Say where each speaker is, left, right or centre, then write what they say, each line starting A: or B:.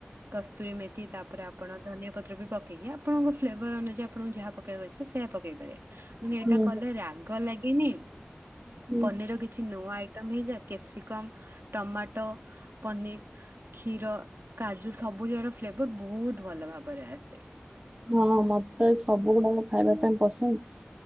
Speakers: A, on the right (about 75°); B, on the right (about 30°).
A: କସ୍ତୁରୀ ମେଥି ତା ପରେ <unintelligible> ଆପଣ ଧନିଆ ପତ୍ର ବି ପକେଇକି ଆପଣଙ୍କ ଫ୍ଲେଭର୍ ଅନୁଯାୟୀ ଆପଣଙ୍କୁ ଯାହା ପକେଇବା ଇଛା ସେ ପକେଇ ପାରିବେ। ମାନେ
B: ହୁଁ
A: ଏଇଟା କଲେ ରାଗ ଲାଗେନି
B: ହଁ।
A: ପନିରି ବି କିଛି ନୂଆ ଆଇଟମ୍ ହେଇଯାଏ କ୍ୟାପସିକମ୍ ଟମାଟୋ ପନିରି କ୍ଷୀର କାଜୁ ସବୁଜର ଫ୍ଲେବର୍ ବହୁତ୍ ଭଲ ଭାବରେ ଆସେ।
B: ହଁ ମତେ <unintelligible> ସବୁ ଗୁଡାକ ଖାଇବା ପାଇଁ ପସନ୍ଦ।